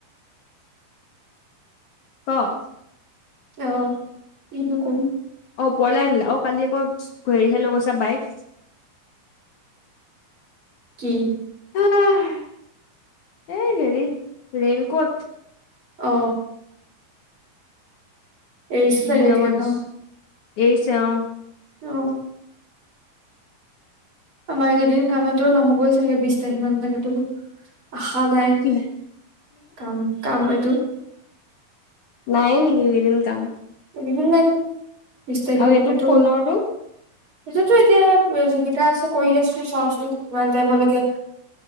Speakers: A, on the left; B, on the right.
A: ক
B: অ কিনো কম।
A: অঁ, ওপৰলে আনিলে অঁ কালি আকৌ হেৰিহে লৈ গৈছে বাইক
B: কি
A: <unintelligible> এ হেৰি ৰেইনকোট
B: অ এৰিছে
A: কিনি
B: চাগে
A: যাব
B: এতিয়া
A: দিছ
B: ন
A: এইছে অ
B: অঁ আমাৰ এইকেইদিন কামতো নহ'বই চাগে বিশ তাৰিখ মানলৈকে তোৰ আশা নাই
A: কি
B: কাম কাম এইটো
A: নাইয়ে নেকি এইকেইদিন কাম?
B: <unintelligible> মান বিশ তাৰিখলৈকেতো
A: আৰু এইটো ফোনৰটো
B: সেইটোতো এতিয়া যিকিতা আছে কৰি আছো চাওচোন কিমান টাইমলৈকে।